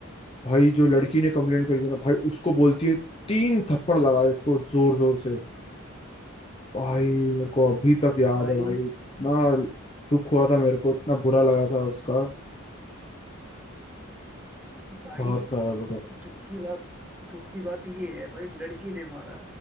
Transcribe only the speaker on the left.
भाई जो लड़की ने कंप्लेंट करी थी ना भाई उसको बोलती है तीन थप्पड़ लगाए इसको जोर जोर से भाई मेरे को अभी तक याद
है भाई इतना दुख हुआ था मेरे को इतना बुरा लगा था उसका
बहुत खराब लगा था